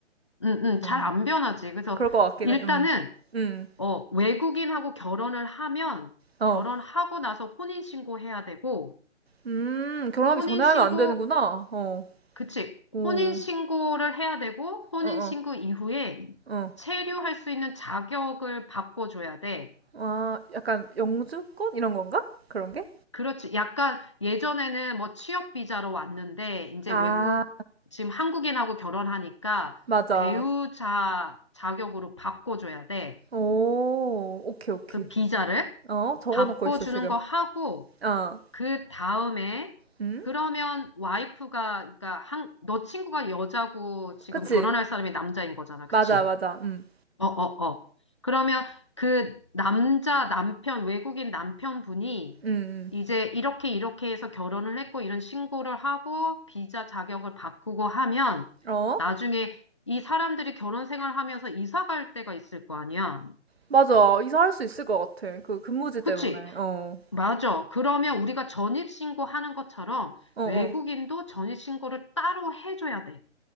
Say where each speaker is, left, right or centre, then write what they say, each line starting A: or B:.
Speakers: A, on the left; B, on the right.
A: 응, 응, 잘
B: 음.
A: 안 변하지. 그래서
B: 그럴 것 같긴
A: 일단은,
B: 해. 음. 음.
A: 어, 외국인하고 결혼을 하면,
B: 어.
A: 결혼하고 나서 혼인신고해야 되고,
B: 음, 결혼하기
A: 혼인신고,
B: 전에 하면 안 되는구나. 어.
A: 그치.
B: 오.
A: 혼인신고를 해야 되고, 혼인신고
B: 어, 어,
A: 이후에 음.
B: 어.
A: 체류할 수 있는 자격을 바꿔줘야 돼.
B: 아, 약간 영주권? 이런 건가? 그런 게?
A: 그렇지. 약간 예전에는 뭐 취업비자로 왔는데, 이제
B: 아,
A: 외국, 지금 한국인하고 결혼하니까
B: 맞아.
A: 배우자 자격으로 바꿔줘야 돼.
B: 오, 오케이, 오케이.
A: 그 비자를
B: 어, 적어놓고
A: 바꿔주는
B: 있어, 지금.
A: 거 하고,
B: 어,
A: 그 다음에
B: 음?
A: 그러면 와이프가 그러니까 한, 너 친구가 여자고 지금
B: 그치?
A: 결혼할 사람이 남자인 거잖아. 그치?
B: 맞아, 맞아. 음,
A: 어, 어, 어. 그러면 그 남자 남편 외국인 남편분이
B: 음,
A: 이제 이렇게 이렇게 해서 결혼을 했고 이런 신고를 하고 비자 자격을 바꾸고 하면
B: 음. 어?
A: 나중에 이 사람들이 결혼 생활하면서 이사 갈 때가 있을 거 아니야.
B: 맞아. 이사할 수 있을 것 같아. 그 근무지
A: 그치?
B: 때문에. 어,
A: 맞아. 그러면 우리가 전입신고 하는 것처럼
B: 어,
A: 외국인도
B: 어.
A: 전입신고를 따로 해줘야 돼.